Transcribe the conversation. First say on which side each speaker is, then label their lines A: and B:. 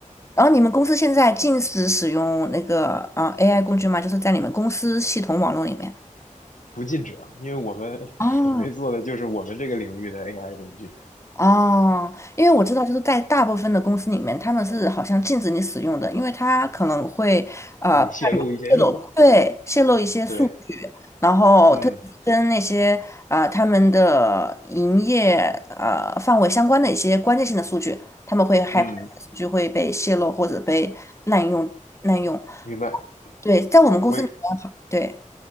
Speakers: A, on the left; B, on the left.
A: 然后你们公司现在禁止使用那个啊 AI 工具吗？就是在你们公司系统网络里面。
B: 不禁止啊，因为我们准备做的就是我们这个领域的
A: 哦，
B: AI 工具，
A: 哦，因为我知道，就是在大部分的公司里面，他们是好像禁止你使用的，因为他可能会呃
B: 让你泄露一些秘密。
A: 泄露，对，泄露一些数据，
B: 对，
A: 然后特别是跟那些呃他们的营业呃范围相关的一些关键性的数据，
B: 嗯
A: 他们会害怕数据会被泄露或者被滥用滥用。
B: 嗯，明白。
A: 对，在我们公司里面好，
B: 我也，
A: 对，